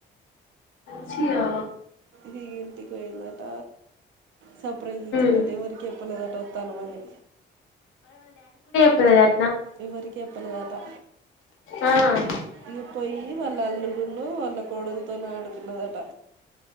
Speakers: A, on the left; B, on the right.
A: చ్చయా
B: దంటికియిందట సర్ప్రైజ్ ఇచ్చిందట్ట
A: మ్
B: ఎవరికి చెప్పలేదట వస్తాను అని
A: చెప్పలేదా
B: ఎవరికి చెప్పలేదటా
A: ఆ
B: ఈ పోయివాళ్ళ అల్లుడును వాళ్ళకి కోడలు తోను ఆడుకున్నదట